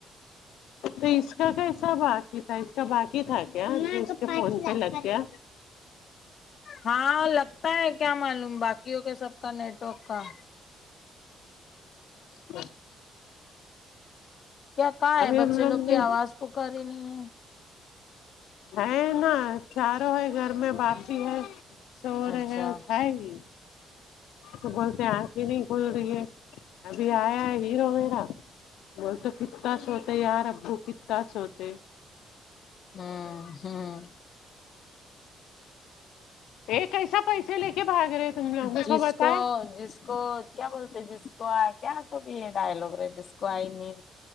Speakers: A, on the left; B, on the left.
A: تو اس کا کیا حساب آخر اس کا باقی تھا کیا اس کے فون پہ لگ گیا
B: ہاں لگتا ہے کیا معلوم باقیوں کے سب کا نیٹ ورک کا
A: ہاں
B: کیا کہاں
A: ابھی
B: ہے
A: ہم
B: بچے لوگ کی
A: نے
B: آواز پکار ہی نہیں ہے
A: ہے نا چاروں ہے گھر میں باجی ہے سو رہے
B: اچھا
A: ہے اٹھائے نہیں تو بولتے ہیں آنکھیں نہیں کھول رہی ہے ابھی آیا ہے ہیرو میرا بول تو کتنا سوتے یار ابو کتنا سوتے
B: ہاں ہاں
A: یہ کیسا پیسے لے کے بھاگ رہے تم لوگوں
B: جس
A: کو پتہ ہے
B: جس کو کیا بولتے جس کو آ گیا تو بھی ڈائل ہو گے جس کو آئے نہیں